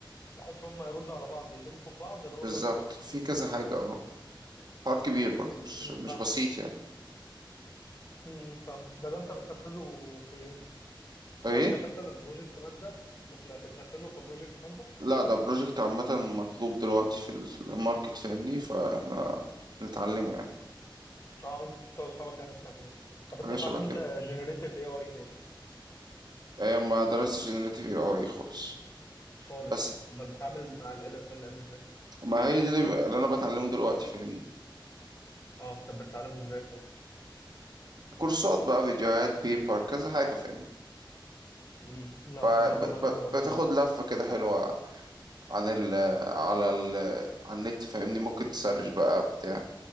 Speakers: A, on the left; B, on the right.
A: بحيث هم يردوا على بعض يلينكوا ببعض الاوردر
B: بالظبط
A: يوصل
B: في كذا حاجة اه حوار كبير برضه مش
A: امم
B: مش
A: فاهم
B: بسيط يعني
A: امم فهمت ده, ده انت بتنفذه في
B: ايه
A: ماده مثلا بروجكت ماده بتن- بتنفذه في بروجكت ماده
B: لا ده بروجكت عامة مطلوب دلوقتي في ال- في الماركت فاهمني فاحنا بنتعلمه يعني
A: اه انت واصحابك يعني بتعمله طب انت
B: حاجة
A: اتعلمت
B: شبه كده
A: جنريتيف اي اي فين
B: آه، ما درستش جنريتيف اي اي خالص
A: خالص
B: بس
A: امال بتتعامل مع ال ال ام ازاي
B: ما هي دي اللي ب- اللي انا بتعلمه دلوقتي فاهمني
A: اه طب بتتعلمه ازاي طب
B: كورسات بقى فيديوهات بيبر كذا حاجة فاهمني
A: امم لا
B: ب-
A: تمام الله
B: ب-
A: ينور
B: ب- بتاخد
A: يعني
B: لفة كده حلوة عن ال آه، على ال آه، على النت فاهمني ممكن تسرش بقى بتاع